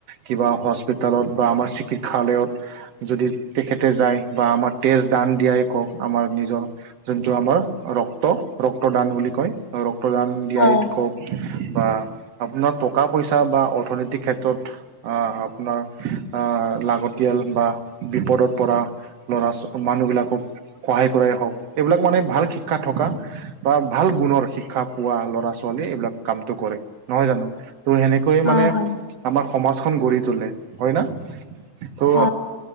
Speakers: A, on the right; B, on the left.
A: কিবা হস্পিতেলত বা আমাৰ চিকিৎসালয়ত যদি তেখেতে যায় বা আমাৰ তেজ দান দিয়াই কওক, আমাৰ নিজৰ, যোনটো আমাৰ ৰক্ত ৰক্তদান বুলি কয়। ৰক্তদান দিয়াই
B: অ
A: কক বা আপোনাৰ টকা পইচা বা অৰ্থনৈতিক ক্ষেত্ৰত আ আপোনাৰ আ লাগতিয়াল বা বিপদত পৰা ল'ৰা ছ মানুহবিলাকক সহায় কৰাই হওক, এইবিলাক মানে ভাল শিক্ষা থকা বা ভাল গুণৰ শিক্ষা পোৱা ল'ৰা ছো ছোৱালী এইবিলাক কামটো কৰে, নহয় জানো? ত' সেনেকৈয়ে মানে
B: অ হয়
A: আমাৰ সমাজখন গঢ়ি তোলে, হয় না? ত'
B: অ